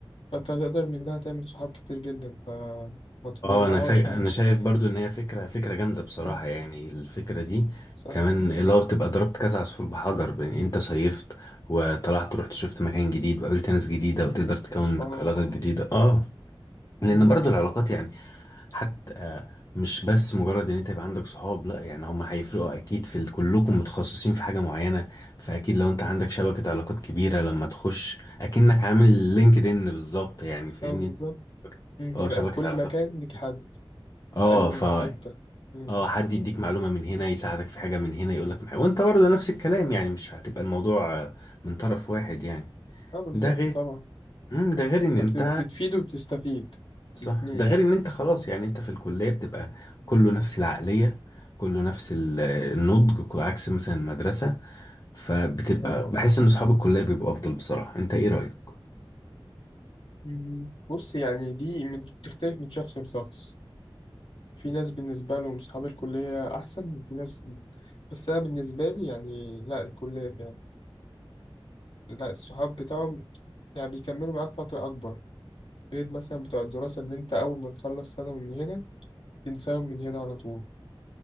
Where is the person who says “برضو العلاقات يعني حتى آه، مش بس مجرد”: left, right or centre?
Left